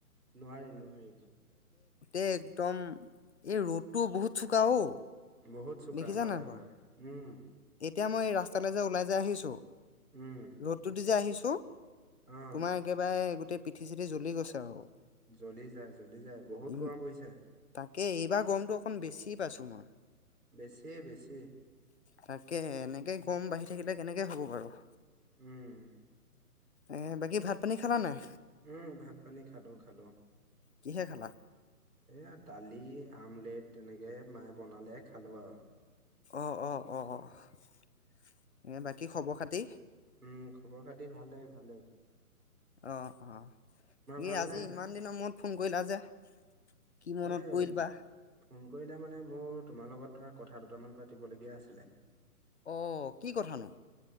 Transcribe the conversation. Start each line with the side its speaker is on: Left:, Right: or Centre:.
Right: নোৱাৰি নোৱাৰি।
Left: এ একদম এই ৰ'দতটো বহুত চোকা অ'।
Right: বহুত চোকা
Left: দেখিছা
Right: হয়
Left: নাই বাৰু
Right: হয় উম।
Left: এতিয়া মই ৰাস্তালৈ যে ওলাই যে আহিছো
Right: উম
Left: ৰদটো দি যে আহিছো।
Right: অহ
Left: তোমাৰ একেবাৰে গোটেই পিঠি চিঠি জ্বলি গৈছে আৰু।
Right: জ্বলি যায় জ্বলি যায় বহুত
Left: ই
Right: গৰম পৰিছে।
Left: তাকে এইবাৰ গৰমটো অকণ বেছি পাইছোঁ মই।
Right: বেছিয়ে বেছি।
Left: তাকে এনেকে গৰম বাঢ়ি থাকিলে কেনেকে হ'ব বাৰু।
Right: উম।
Left: এ বাকী ভাত পানী খালা নাই?
Right: উম, ভাত পানী খালো খালো।
Left: কিহে খালা?
Right: এয়া দালি আমলেট তেনেকে মায়ে বনালে খালোঁ আৰু।
Left: অ', অ', অ', বাকী খবৰ খাতি?
Right: উম, খবৰ খাতি ভালেই ভালে।
Left: অ', অ', এই
Right: ভালনে?
Left: আজি ইমান দিনৰ মূৰত ফোন কৰিলা যে। কি মনত
Right: এ
Left: পৰিল বা
Right: ফোন কৰিলে মানে বহুত তোমাৰ লগত ধৰা কথা দুটামান পাতিবলগীয়া আছিলে।
Left: অ', কি কথানো?